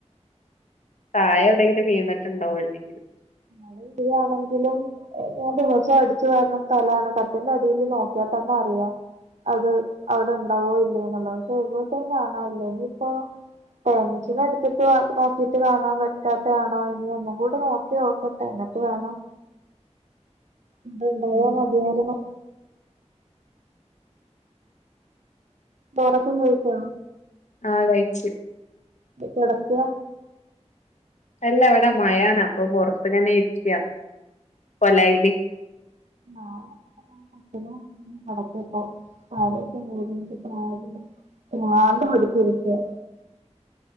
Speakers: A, on the left; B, on the right.
A: തായേ എവടെങ്കിലും വീണട്ടിണ്ടുടാവും അല്ലെങ്കിലും
B: താഴെ വീഴാണെങ്കിലും ഞാൻ ദിവസോം അടിചുവാരണ സ്ഥലാണ് കട്ടിലിന്റെ അടിയില് നോക്കിയ തന്നെ അറിയ അത് അവടെ ഇണ്ടാവോ ഇല്ലേന്നോള്ളത് പശെ എവടെ കാണാനില്ലാ ഇനിയിപ്പോ ടെൻഷൻ അടിച്ചിട്ട് മാത്ര നോക്കിട്ട് കാണാപറ്റാതെയാണോ ഇനി ഒന്നുകൂടി നോക്കി നോക്ക <unintelligible> വേണം ഇവിടെ ഇണ്ടായ
A: ഉം
B: മതിയാരുന്നു ചോറക്ക കയിച്ചോ
A: ആഹ് കയിച്ച്
B: വടെ കെടക്കാ
A: അല്ലാ ഇവടെ മയാണ് അപ്പൊ പൊറത്ത് ഇങ്ങനെ നിക്ക കോലയില്
B: ആഹ് <unintelligible> ഭ്രാന്ത്‌ പിടിച്ച് ഇരിക്ക്യാ